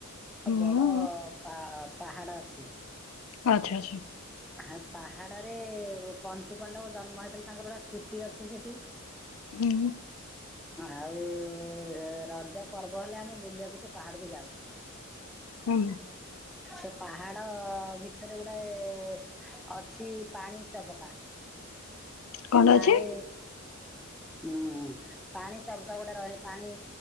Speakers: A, on the left; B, in the centre.
A: ହୁଁ
B: ଆ ବଡ ପା-ପାହାଡ ଅଛି।
A: ଆଚ୍ଛା ଆଚ୍ଛା।
B: ହା ପାହାଡରେ ପଞ୍ଚୁ ପଣ୍ଡପ ଜନ୍ମ ହେଇଥିଲେ ତାଙ୍କର ଆସ୍ ସ୍ତୁପି ଅଛି ସେଠି।
A: ହୁଁ।
B: ଆଉ ଏରା ଯୋଉ ପର୍ବ ହେଲେ ଆମେ ବୁଲିଆକୁ ସେ ପାହାଡକୁ ଯାଉ।
A: ହୁଁ
B: ସେ ପାହାଡ ଭିତେରେ ଗୁଡ଼ାଏ ଅଛି ପାଣି ଚବକା
A: କଣ
B: ପାଣି
A: ଅଛି
B: ହୁଁ ପାଣି ଚବକା ଗୋଟା ରହେ ପାଣି